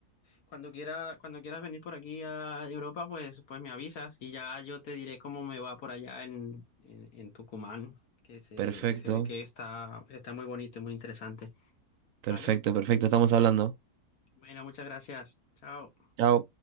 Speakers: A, on the left; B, on the right.
A: Cuando quiera, cuando quieras venir por aquí a Europa, pues, pues me avisas y ya yo te diré cómo me va por allá en, en, en Tucumán, que se,
B: Perfecto,
A: se ve que está, está muy bonito y muy interesante.
B: perfecto,
A: ¿Vale?
B: perfecto, estamos hablando.
A: Bueno, muchas gracias. Chao.
B: Chao.